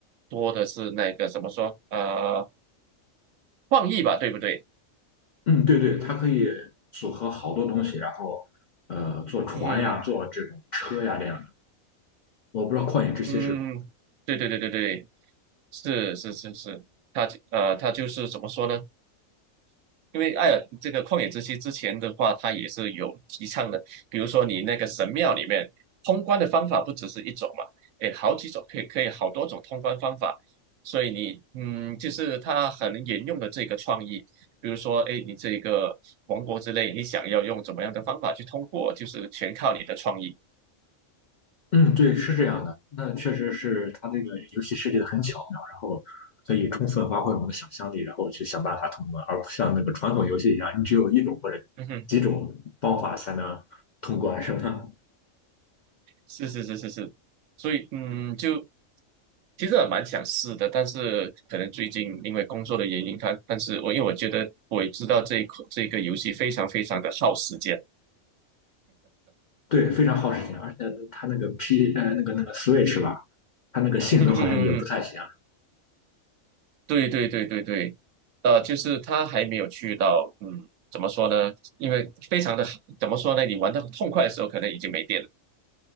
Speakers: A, on the right; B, on the left.
A: 多的是那个怎么说，呃，创意吧，对不对？
B: 嗯，对对，它可以组合好多东西，然后呃，坐船呀，
A: 嗯
B: 坐这种车呀，这样。我不知道《旷野之息》是不，
A: 嗯，对对对对对，是是是是，他呃他就是怎么说呢？因为艾尔这个旷野之息之前的话，它也是有提倡的，比如说你那个神庙里面通关的方法不只是一种嘛，诶，好几种，可以可以好多种通关方法，所以你嗯，就是它很沿用的这个创意，比如说诶，你这个王国之类，你想要用怎么样的方法去通过，就是全靠你的创意。
B: 嗯，对，是这样的。那确实是它这个游戏设计的很巧妙，然后可以充分发挥我们的想象力，然后去想办法通关，而不像那个传统游戏一样，你只有一种或者几种方法才能通关，
A: 嗯哼，
B: 是吧？
A: 是是是是是，所以嗯，就其实我蛮想试的，但是可能最近因为工作的原因，它但是我因为我觉得我也知道这一款这个游戏非常非常的耗时间。
B: 对，非常耗时间，而且它那个 P 呃那个那个 Switch 吧，它那个性能好像也不太行。
A: 嗯，对对对对对，呃，就是他还没有去到，嗯，怎么说呢？因为非常的怎么说呢？你玩的痛快的时候，可能已经没电了。